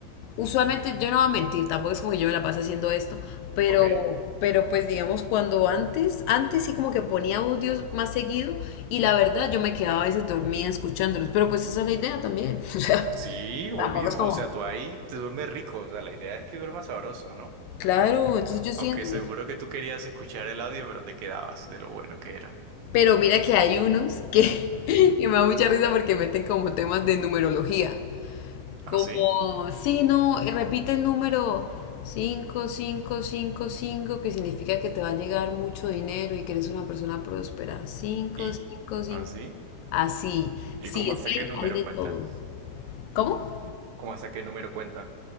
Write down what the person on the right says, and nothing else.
Ok.
Sí, obvio.
O sea, tú ahí te duermes rico. O sea, la idea es que duermas sabroso, ¿no?
Aunque seguro que tú querías escuchar el audio, pero te quedabas de lo bueno que era.
Ujú.
¿Así?
¿Y
así?
¿Y
cómo
hasta
qué
número
cuentan?
¿Cómo hasta qué número cuentan?